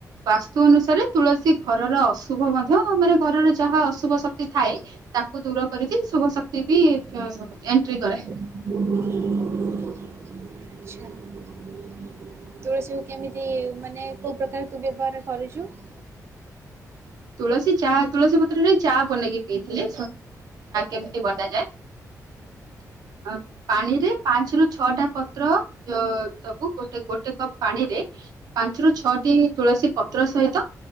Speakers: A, on the right (about 80°); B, on the right (about 40°).
A: ବାସ୍ତୁ ଅନୁସାରେ ତୁଳସୀ ଘରର ଅଶୁଭ ମଧ୍ୟ ମାନେ ଘରର ଯାହା ଅଶୁଭ ଶକ୍ତି ଥାଏ ତାକୁ ଦୂର କରିକି ଶୁଭ ଶକ୍ତି ବି ଅଁ ଏଣ୍ଟ୍ରି କରେ।
B: <inaudible> ଆଚ୍ଛା। ତୁଳସୀ କୁ କେମିତି ମାନେ କୋଉ ପ୍ରକାର ତୁ ବ୍ୟବହାର କରିଚୁ?
A: ତୁଳସୀ ଚା ତୁଳସୀ ପତ୍ରରେ ଚା ବନେଇକି ପିଇଥିଲି କେମିତି ବନାଯାଏ ପାଣିରେ ପାଞ୍ଚରୁୁ ଛଅଟା ପତ୍ର ତ ଦବୁ ଗୋଟେ ଗୋଟେ କପ୍ ପାଣି ରେ ପାଞ୍ଚ୍ ରୁ ଛଅଟି ତୁଳସୀ ପତ୍ର ସହିତ